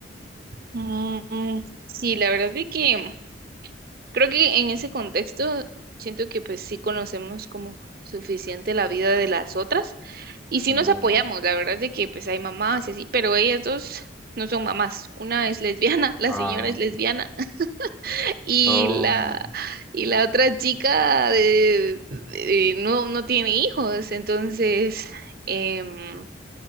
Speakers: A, on the right; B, in the centre.
A: Mm, sí, la verdad es que Creo que en ese contexto siento que pues sí conocemos como suficiente la vida de las otras y sí
B: Mm,
A: nos apoyamos, la verdad es de que pues hay mamás y así, pero ellas dos no son mamás, una es lesbiana, <laughs> la
B: ah,
A: señora es lesbiana <laughs> y
B: oh,
A: la y la otra chica de- de- no no tiene hijos, entonces em,